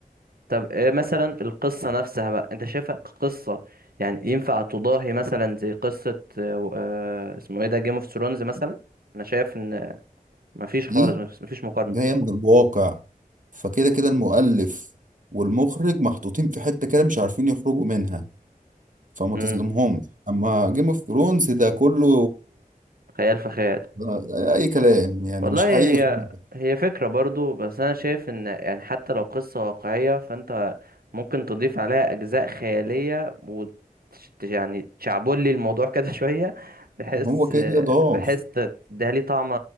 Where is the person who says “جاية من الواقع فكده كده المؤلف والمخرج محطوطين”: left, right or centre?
Right